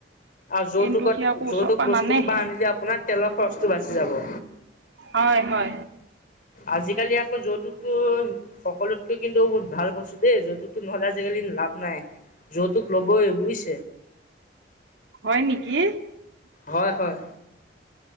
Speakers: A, on the left; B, on the right.
A: আৰু যৌতুকত
B: কিন্তু সি আকৌ ওচৰৰ
A: যৌতুক
B: পৰা
A: বস্তু
B: নানেহে
A: কিব আনিলে আপোনাৰ তেলৰ খৰচটো বাচি যাব
B: হয় হয়
A: আজিকালি আকৌ যৌতুকতো সকলোতকে কিন্তু বহুত ভাল বস্তু দেই যৌতুকতটো নহ'লে আজিকালি লাভ নাই যৌতুক ল'বই বুজিছ
B: হয় নেকি
A: হয় হয়।